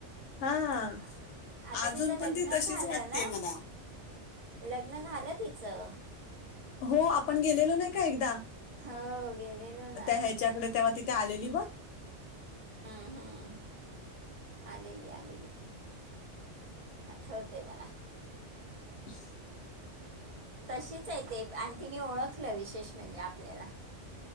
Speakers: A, on the left; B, on the right.
A: हा
B: आ आता
A: अजून
B: तिचं
A: पण
B: लग्न
A: ती तशीच
B: झालं
A: वाटते
B: ना.
A: मला
B: लग्न झालं तिचं.
A: हो आपण गेलेलो नाही का एकदा
B: हो, गेलेलो ना.
A: त्या ह्याच्याकडे तेव्हा तिथे आलेली बग. <unintelligible>
B: ह आलेली आलेली आठवतें आहे मला.
A: <inaudible>
B: तशीच आहे ते आणि तिने ओळखलं विशेष म्हणजे आपल्याला.